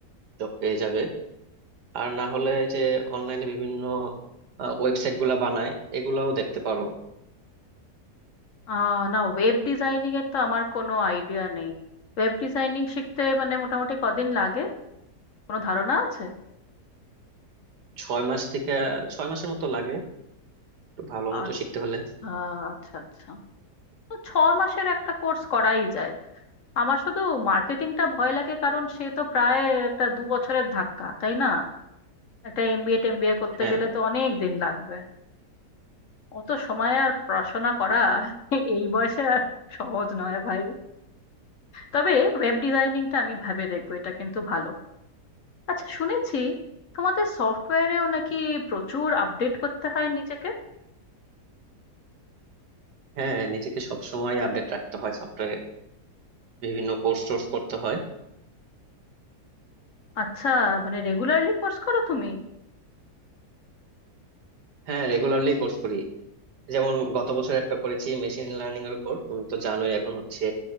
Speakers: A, on the right; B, on the left.
A: জব পেয়ে যাবে আর না হলে যে অনলাইনে বিভিন্ন ওয়েবসাইট গুলা বানায় এগুলাও দেখতে পারো
B: আহ না ওয়েব ডিজাইনিং এর তো আমার কোনো আইডিয়া নেই ওয়েব ডিজাইনিং শিখতে মানে মোটামুটি কদিন লাগে কোনো ধারণা আছে
A: ছয় মাস থেকে ছয় মাসের মতো লাগে একটু ভালো
B: আ-
A: মতো শিখতে হলে
B: আ- আচ্ছা আচ্ছা তো ছ মাসের একটা কোর্স করাই যায় আমার শুধু মার্কেটিংটা ভয় লাগে কারণ সে তো প্রায় একটা দু বছরের ধাক্কা তাই না একটা এমবিএ টেমবিএ করতে
A: হ্যাঁ
B: গেলে তো অনেক দিন লাগবে অত সময় আর পড়াশোনা করা এই বয়সে আর সহজ নয় ভাই তবে ওয়েব ডিজাইনিংটা আমি ভাবে দেখবো এটা কিন্তু ভালো আচ্ছা শুনেছি তোমাদের সফটওয়্যারেও নাকি প্রচুর আপডেট করতে হয় নিজেকে
A: হ্যাঁ নিজেকে সব সময় আপডেট রাখতে হয় সফটওয়্যারে বিভিন্ন কোর্স টোর্স করতে হয়
B: আচ্ছা মানে রেগুলারলি কোর্স করো তুমি
A: হ্যাঁ রেগুলারলি কোর্স করি যেমন গত বছর একটা করেছি মেশিন লার্নিং এর উপর তুমি তো জানোই এখন হচ্ছে